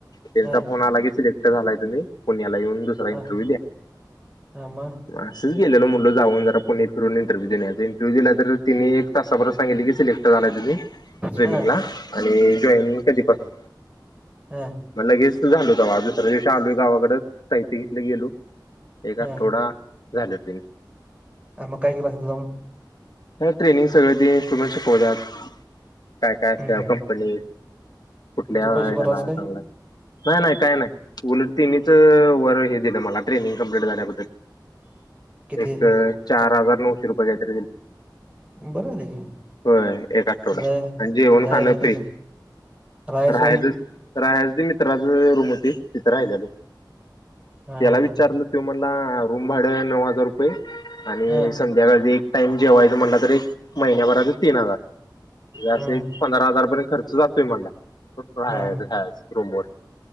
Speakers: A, on the left; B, on the right.
A: त्यांचा
B: हां
A: फोन आला की सिलेक्ट झालाय तुम्ही पुण्याला येऊन दुसरा
B: हां
A: इंटरव्ह्यू द्या.
B: हां मग
A: <inaudible> असंच गेल्यालो म्हंणलो जाऊन जरा पुणे फिरून इंटरव्ह्यू द्युन येवुया तेन इंटरव्ह्यु दिला तर तिनी एका तासाभरात सांगितल की सिलेक्ट झालाय तुम्ही ट्रेनिंगला
B: हां
A: आणि जॉईनिंग कधीपासून
B: हां
A: मग लगेच झाल तेव्हा दुसऱ्या दिवशी आलोय गावाकडं साहित्य घेतलं गेलो एक
B: हा
A: आठवडा झाला ते
B: आं मग काय केलास तिथं जाऊन?
A: काय ट्रेनिंग सगळ ते इंस्ट्रुमेंट शिकवत्यात काय काय असत्या
B: हम्म हम्म
A: कंपनीत, कुठल्या
B: मग तू
A: ह्याला
B: पैसे भरलास काय
A: चांगलं नाही नाही काय नाही उलट तेनीच वर हे दिलं मला ट्रेनिंग कंम्प्लीट झाल्याबद्दल
B: किती
A: एक चार हजार नऊशे रुपये काहीतरी दिल
B: बरं झालं की
A: होय एक आठवडा
B: मग जाय
A: आणि जेवण
B: जायचं
A: खाणं फ्री
B: खर्च राहाय
A: राहायचंच
B: सोय
A: राहायच ते मित्राच रूम होती, तिथं राहिल्यालो,
B: हा
A: त्याला विचारलं
B: हा हा
A: त्यो म्हंटला रूम भाड नऊ हजार रुपये आणि
B: हा
A: त्यात आधी एक टाइम जेवायच म्हणलां तरी महिन्याभराच तीन हजार म्हणजे आस
B: हा
A: एक पंधरा हजार पर्यंत खर्च जातोय म्हणला राहायचं
B: हा.
A: खायचं रुमवर